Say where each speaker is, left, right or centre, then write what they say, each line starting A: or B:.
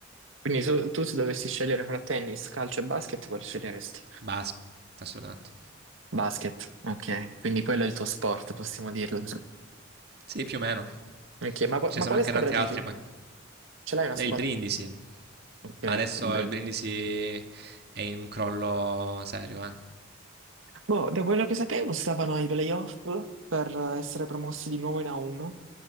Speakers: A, on the right; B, on the right.
A: Quindi su- tu se dovessi scegliere fra tennis, calcio e basket, quale sceglieresti?
B: Basket, assolutamente.
A: Basket, ok. Quindi quello è il tuo sport, possiamo dirlo.
B: Sì, più o meno.
A: Ok, ma, qua-
B: Ce
A: ma
B: ne sono
A: quale
B: anche
A: squadra
B: tanti
A: tifi?
B: altri poi.
A: Ce l'hai una
B: Nel
A: squadra?
B: Brindisi,
A: Ok,
B: Ma adesso
A: Brim.
B: il Brindisi è in crollo serio, eh.
A: Boh, da quello che sapevo stavano ai playoff per essere promossi di nuovo in A1.